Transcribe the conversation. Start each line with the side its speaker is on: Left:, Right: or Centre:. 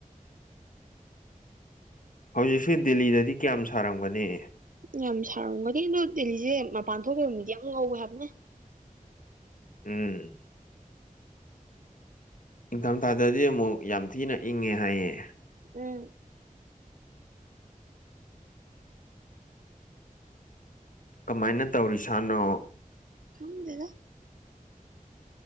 Left: ꯍꯧꯖꯤꯛꯁꯦ ꯗꯦꯜꯂꯤꯗꯗꯤ ꯀꯌꯥꯝ ꯁꯥꯔꯝꯒꯅꯤ
Right: ꯌꯥꯝ ꯁꯥꯔꯝꯒꯗꯤ ꯑꯗꯣ ꯗꯦꯜꯂꯤꯁꯦ ꯃꯄꯥꯟ ꯊꯣꯛꯕ ꯃꯤꯗꯤ ꯌꯥꯝ ꯉꯧꯋꯦ ꯍꯥꯏꯕꯅꯦ
Left: ꯎꯝ ꯏꯪꯊꯝꯊꯥꯗꯗꯤ ꯑꯃꯨꯛ ꯌꯥꯝ ꯊꯤꯅ ꯏꯪꯉꯦ ꯍꯥꯏꯌꯦ
Right: ꯎꯝ
Left: ꯀꯃꯥꯏꯅ ꯇꯧꯔꯤꯁꯥꯅꯣ
Right: ꯈꯪꯗꯦꯗ